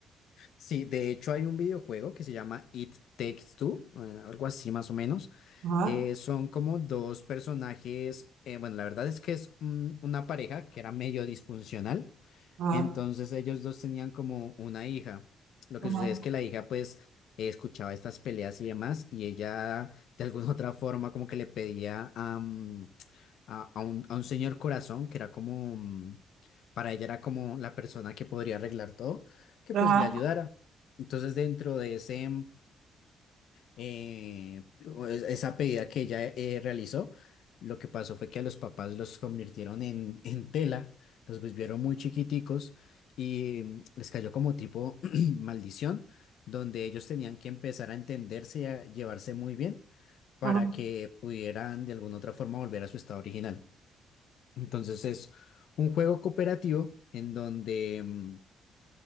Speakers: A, on the left; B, on the right.
A: Sí, de hecho hay un videojuego que se llama It Takes Two, eh, algo así más o menos.
B: Ajá.
A: Eh, son como dos personajes, eh, bueno, la verdad es que es un- una pareja que era medio disfuncional
B: Ajá,
A: Entonces ellos dos tenían como una hija. Lo
B: ajá,
A: que sucede es que la hija pues eh, escuchaba estas peleas y demás y ella de alguna <laughs> otra forma como que le pedía a, mm, a, a un, a un señor corazón que era como, mm, para ella era como la persona que podría arreglar todo, que
B: ajá,
A: pues le ayudara. Entonces dentro de ese... mm, eh, pues, esa pedida que ella eh, realizó, lo que pasó fue que a los papás los convirtieron en, en tela, los volvieron muy chiquiticos y mm, les cayó como tipo <clears throat> maldición, donde ellos tenían que empezar a entenderse y a llevarse muy bien para
B: ajá,
A: que pudieran de alguna otra forma volver a su estado original. Entonces es un juego cooperativo en donde... mm,